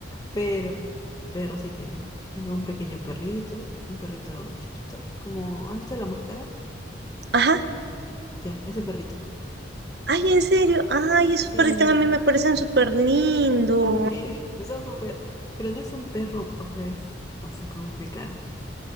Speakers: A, on the left; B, on the right.
A: Pero perro sí tengo. Tengo un pequeño perrito, un perrito chiquito. Como, ¿has visto la máscara?
B: Ajá,
A: Ya, ese perrito.
B: ay, en serio, ay, esos
A: Sí.
B: perritos a mí me parecen súper lindos,
A: A mí <laughs> me está súper, pero no es un perro, o sea, es, no sé cómo explicar.